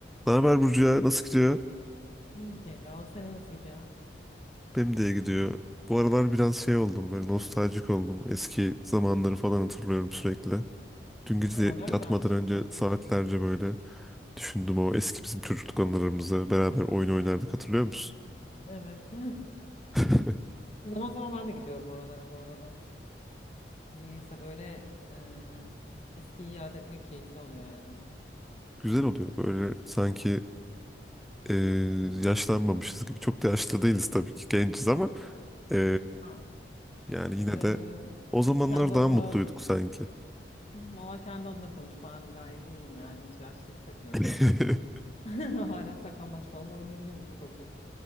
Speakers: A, in the centre; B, on the left.
A: Ne haber Burcu ya? Nasıl gidiyor?
B: İyi gidiyor. Senin nasıl gidiyor?
A: Benim de iyi gidiyor. Bu aralar biraz şey oldum böyle nostaljik oldum. Eski zamanları falan hatırlıyorum sürekli. Dün gece
B: Ya nereden
A: yatmadan
B: çıktı?
A: önce saatlerce böyle düşündüm o eski bizim çocukluk anılarımızı. Beraber oyun oynardık hatırlıyor musun?
B: Evet. <laughs>
A: <laughs>
B: Zaman zaman ben de gidiyorum oralara bu arada. Neyse böyle eee eskiyi yad etmek keyifli oluyor yani.
A: Güzel oluyor böyle sanki e, yaşlanmamışız gibi. Çok da yaşlı değiliz tabii ki genciz ama e,
B: Ben
A: yani
B: eee,
A: yine de o zamanlar
B: kendi adıma
A: daha mutluyduk sanki.
B: valla kendi adına konuş. Ben gayet iyiyim yani. Hiç yaşlı hissetmiyorum
A: <laughs>
B: kendimi. <laughs> Hala saklambaç falan oynayabilirim. Çok okey.